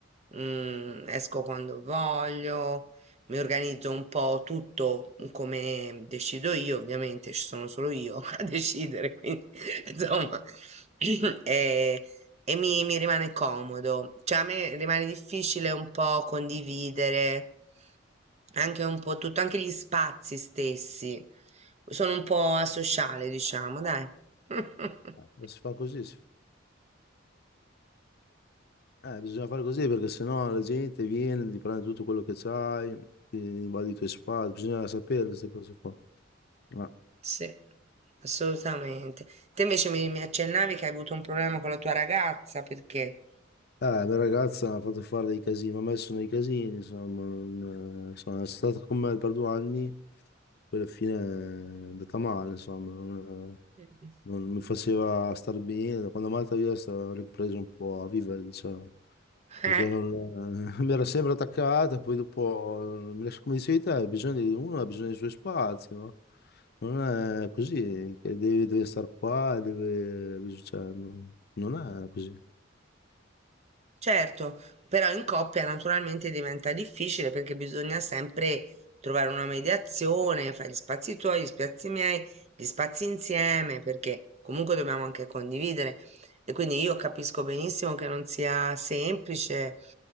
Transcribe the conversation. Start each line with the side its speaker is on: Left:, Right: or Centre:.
Right: mm, esco quando voglio mi organizzo un po' tutto come decido io, ovviamente ci sono solo io <laughs> a decidere, quindi <laughs> insomma, <clears throat> e, e mi, mi rimane comodo. Cioè a me rimane difficile un po' condividere anche un po' tutto, anche gli spazi stessi. Sono un po' asociale, diciamo, dai. <laughs>
Left: Eh, Non si fa così, si- eh, bisogna fare così perché sennò la gente viene, ti prende tutto quello che c'hai, ti invade i tuoi spazi, bisogna sapere queste cose qua. Ah.
Right: Sì, assolutamente. Te invece mi, mi accennavi che hai avuto un problema con la tua ragazza, perché?
Left: Eh, la mia ragazza mi ha fatto fare dei casini, mi ha messo nei casini, insomma, non, eh, insomma, è stata con me per due anni, poi alla fine è andata male, insomma, non, eh,
Right: Mm.
Left: non mi faceva star bene, quando è andata via ho ripreso un po' a vivere, diciamo,
Right: Eh?
Left: perché non, <laughs> eh, mi era sempre attaccata, poi dopo, mi lascia- come dicevi te, ha bisogno di- uno ha bisogno dei suoi spazi, no? Non è così, che deve, deve stare qua, deve, bisog- cioè, non non è così.
Right: Certo, però in coppia naturalmente diventa difficile perché bisogna sempre trovare una mediazione fra gli spazi tuoi, gli spazi miei, gli spazi insieme, perché comunque dobbiamo anche condividere. E quindi io capisco benissimo che non sia semplice,